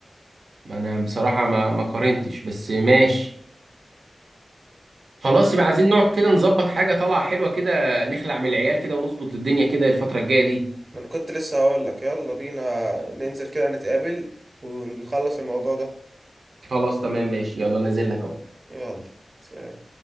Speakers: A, on the right; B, on the right.
A: ما انا بصراحه ما ما قارنتش بس ماشي خلاص
B: طب
A: يبقى عايزين نقعد كده نظبط حاجه طالعه حلوه كده نخلع من العيال كده ونظبط الدنيا كده الفتره الجايه دي
B: ما أنا كنت لسه هقول لك يلا بينا ننزل كده نتقابل ونخلص الموضوع ده
A: خلاص تمام ماشي يلا نازل لك اهو
B: يلا سلام